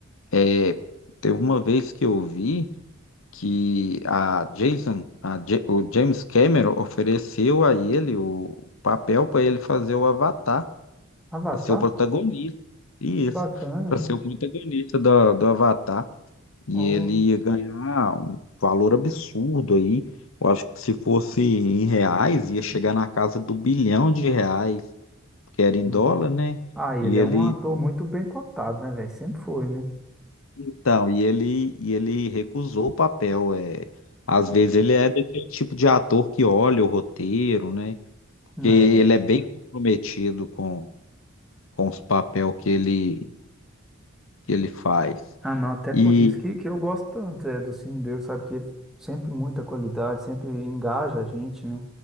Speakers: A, on the left (about 70°); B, in the centre.
A: é, teve uma vez que eu vi. que a Jason, a Ja- o James Cameron ofereceu a ele o papel para ele fazer o Avatar,
B: Avatar?
A: para ser o protagonista. Isso,
B: Que bacana,
A: para
B: cara.
A: ser o protagonista do, do Avatar. E
B: Ó.
A: ele ia ganhar um valor absurdo aí. Eu acho que se fosse em reais, ia chegar na casa do bilhão de reais, porque era em
B: Hum.
A: dólar, né?
B: Ah, ele
A: E ele
B: é um ator muito bem cotado, né, velho? Sempre foi, né?
A: Então, e ele, e ele recusou o papel. É, às vezes ele é daquele tipo de ator que olha o roteiro, né? Porque
B: É.
A: ele é bem comprometido com, com os papéis que ele, que ele faz.
B: Ah, não, até por
A: E,
B: isso que, que eu gosto tanto é, do filme dele, sabe? Porque sempre muita qualidade, sempre engaja a gente, né?